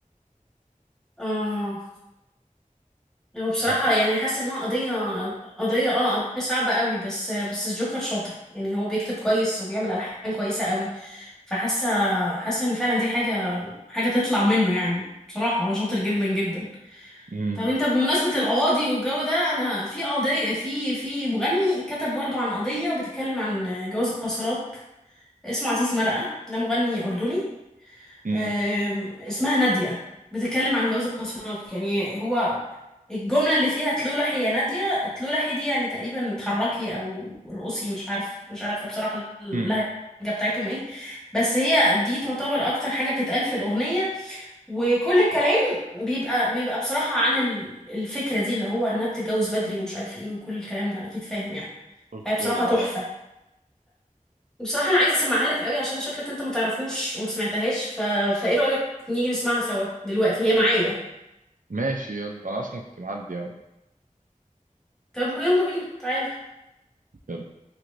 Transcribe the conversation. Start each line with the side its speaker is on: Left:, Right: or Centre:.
Centre: آه هو بصراحة
Right: عارفه
Centre: يعني حاسة انها قضية قضية اه قضية صعبة قوي بس بس الجوكر شاطر يعني هو بيكتب كويس وبيعمل ألحان كويسة قوي فحاسة حاسة ان فعلا دي حاجة حاجة تطلع منه يعني بصراحة هو شاطر جدا جدا
Right: امم
Centre: طب انت بمناسبة القواضي والجو ده انا في قضية في في مغني كتب برضو عن قضية بتتكلم عن جواز القاصرات اسمه عزيز مرقة ده مغني أردني
Right: امم
Centre: آم، اسمها نادية بتتكلم عن جواز القاصرات يعني هو الجملة اللي فيها تلولحي يا نادية تلولحي دي يعني تقريبا اتحركي او رقصي مش عارفة مش عارفة بصراحة اللهجة
Right: امم
Centre: بتاعتهم ايه بس هي دي تعتبر اكتر حاجة بتتقال في الأغنية وكل الكلام بيبقى بيبقى بصراحة عن ال- الفكرة دي اللي هو انها بتتجوز بدري ومش عارف ايه وكل الكلام ده اكيد فاهم يعني
Right: اوكي
Centre: فهي بصراحة تحفة
Right: اه
Centre: بصراحة أنا عايزة أسمعها لك قوي عشان شكلك أنت ما تعرفوش وما سمعتهاش ف... فإيه رأيك نيجي نسمعها سوا دلوقتي هي معايا
Right: ماشي يلا انا اصلا كنت معدي اهو
Centre: طب ما يلا بينا تعالى
Right: يلا